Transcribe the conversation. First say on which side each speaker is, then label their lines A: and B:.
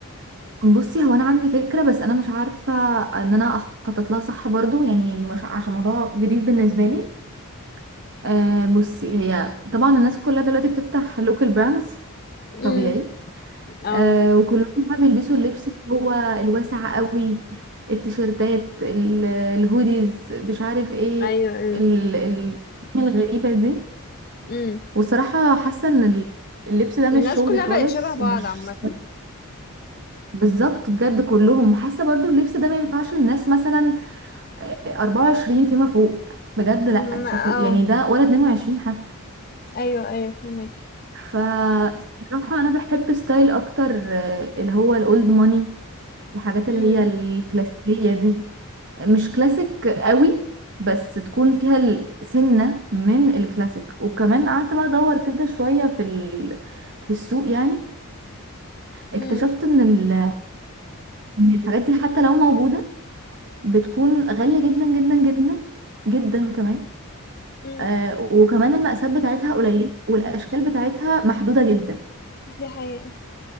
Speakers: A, on the right; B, on the left.
A: بصي هو انا عندي فكرة بس انا مش عارفة ان انا اخطط لها صح برضو يعني مش عشان موضوع جديد بالنسبة لي أه بصي هي طبعا الناس كلها دلوقتي بتفتح لوكال براندز
B: مم.
A: طبيعي
B: اه
A: أه وكلهم بقى بيلبسوا اللبس اللي هو الواسع قوي التيشيرتات ال- الهوديز مش عارف ايه
B: ايوه ايوه
A: ال- ال- الغريبة دي
B: مم.
A: والصراحة حاسة ان اللبس ده مش
B: الناس
A: شغلي
B: كلها
A: خالص
B: بقت شبه بعض
A: ومش
B: عامة
A: بالظبط بجد كلهم وحاسة برضو اللبس ده ما ينفعش الناس مثلا 24 فيما فوق بجد
B: مم.
A: لا شكله
B: اه
A: يعني ده ولا 22 حتى
B: ايوه ايوه فهمك
A: فالصراحة انا بحب ستايل اكتر آه، اللي هو الاولد ماني الحاجات
B: مم.
A: اللي هي الكلاسيكية دي مش كلاسيك قوي بس تكون فيها ال- سنة من الكلاسيك وكمان قعدت بقى ادور كده شوية في ال... في السوق يعني اكتشفت
B: مم.
A: ان ال- إن الحاجات دي حتى لو موجودة بتكون غالية جدا جدا جدا جدا كمان
B: مم.
A: آه وكمان المقاسات بتاعتها قليلة والأشكال بتاعتها محدودة جدا
B: دي حقيقة